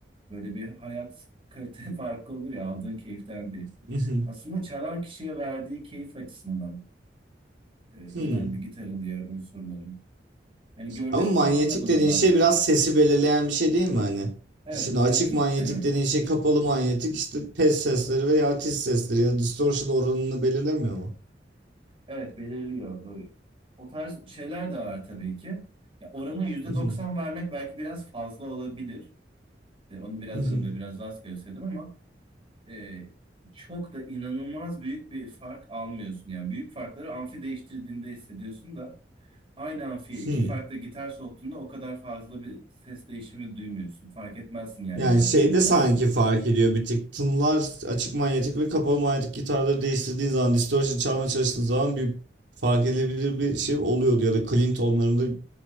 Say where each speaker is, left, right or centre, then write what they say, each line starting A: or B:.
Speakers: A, on the right; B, on the right.
A: böyle bir hayat kalite <laughs> farkı olur ya aldığın keyiften bir.
B: Hmm.
A: Aslında çalan kişiye verdiği keyif açısından e,
B: Hmm.
A: önemli gitarın diğer unsurları. Hani görünüşü
B: Ama manyetik
A: falan da buna
B: dediğin
A: dahil.
B: şey biraz sesi belirleyen bir şey değil mi hani?
A: Evet,
B: Şimdi
A: manyetik
B: açık manyetik
A: <clears throat>
B: dediğin şey kapalı manyetik işte pes sesleri veya tiz sesleri ya da distortion oranını belirlemiyor mu?
A: Evet belirliyor. Ee, O tarz şeyler de var tabii ki. Ya oranı yüzde
B: Mhm,
A: doksan vermek belki biraz fazla olabilir. Ee, onu biraz
B: mhm,
A: dedim böyle biraz rastgele söyledim ama e, çok da inanılmaz büyük bir fark almıyorsun. Yani büyük farkları amfi değiştirdiğinde hissediyorsun da aynı amfiye iki
B: Hmm.
A: farklı gitar soktuğunda o kadar fazla bir ses değişimi duymuyorsun. Fark etmezsin yani
B: Yani
A: özellikle
B: şeyde
A: dinlemezsen.
B: sanki fark ediyor bir tık tınılar açık manyetik ve kapalı manyetik gitarları değiştirdiğin zaman distortion çalmaya çalıştığın zaman bir fark edilebilir bir şey oluyordu ya da clean tonlarında